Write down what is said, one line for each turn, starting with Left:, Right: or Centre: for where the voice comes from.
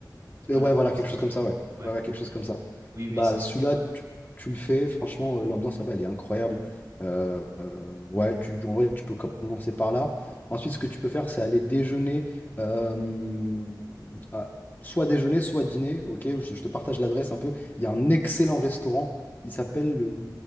Right: C'est pas
Left: Euh, ouais,
Right: le temple
Left: voilà, quelque
Right: Senso.
Left: chose comme ça, ouais.
Right: Ouais.
Left: Ouais, ouais, quelque chose comme ça.
Right: Oui, oui,
Left: Bah,
Right: c'est.
Left: celui-là,
Right: Ouais.
Left: tu, tu le fais, franchement, euh, l'ambiance là-bas, elle est incroyable. Euh, euh, ouais, tu, en vrai, tu peux commencer par là. Ensuite, ce que tu peux faire, c'est aller déjeuner, euh, à- soit déjeuner, soit dîner, ok? Je, je te partage l'adresse un peu. Il y a un excellent restaurant, il s'appelle le